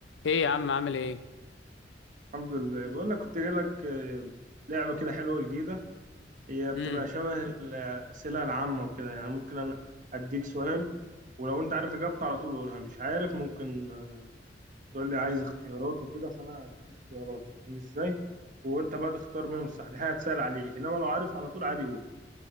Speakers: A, on the left; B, on the right.
A: ايه يا عم عامل ايه
B: الحمد لله بقول لك كنت جاي لك آه، لعبة كده حلوة جديدة هي بتبقى
A: امم
B: شبه الأسئلة العامة وكده يعني ممكن أنا أديك سؤال ولو أنت عارف إجابته على طول قولها مش عارف ممكن آه، تقول لي عايز اختيارات وكده فأنا أديك اختيارات فاهمني إزاي وأنت بقى تختار منهم الصح دي حاجة هتسهل عليك إنما لو عارف على طول عادي قول